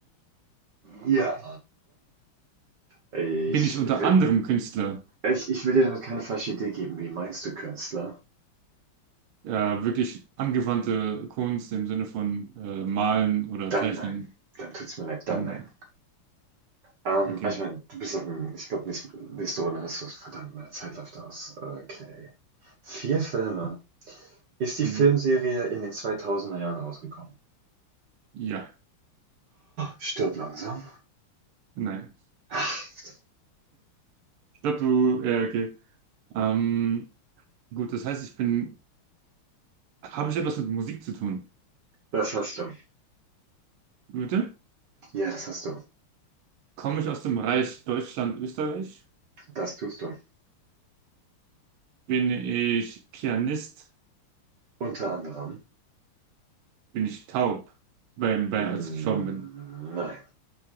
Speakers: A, on the right (about 60°); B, on the right (about 80°).
A: Ja. Ich
B: Bin ich unter
A: will,
B: anderem Künstler?
A: ich, ich will dir damit keine falsche Idee geben. Wie meinst du Künstler?
B: Äh, wirklich angewandte Kunst im Sinne von äh, Malen oder
A: Dann
B: Zeichnen?
A: nein. Dann tut's mir leid,
B: Dann
A: dann nein.
B: nein.
A: Ähm,
B: Okay.
A: aber ich meine, du bist auf dem, ich glaube, nächste Runde hast du es. Verdammt, meine Zeit läuft aus. Okay. Vier Filme. Ist die
B: Mhm.
A: Filmserie in den zweitausender Jahren rausgekommen?
B: Ja,
A: Stirb langsam.
B: nein. <laughs>
A: Ach,
B: Ich glaube, du, ja, okay. Ähm, gut, das heißt, ich bin, habe ich etwas mit Musik zu tun?
A: das hast du.
B: Bitte?
A: Ja, das hast du.
B: Komme ich aus dem Reich Deutschland, Österreich?
A: Das tust du.
B: Bin ich Pianist?
A: Unter anderem.
B: Bin ich taub? Bei, bei,
A: Hm,
B: als ich gestorben bin.
A: nein.